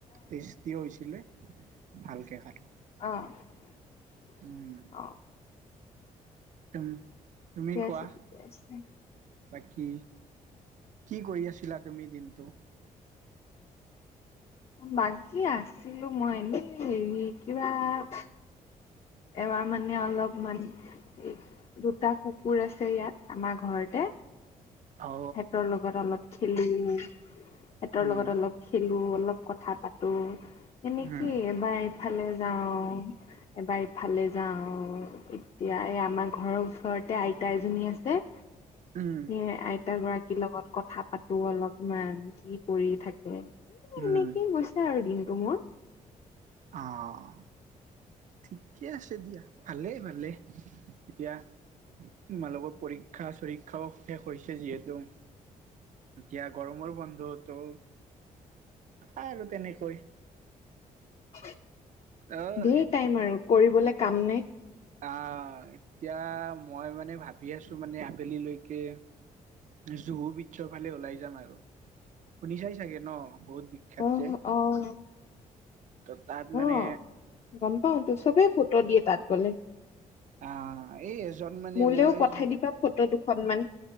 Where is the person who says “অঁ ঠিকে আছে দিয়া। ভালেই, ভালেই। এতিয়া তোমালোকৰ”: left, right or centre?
Right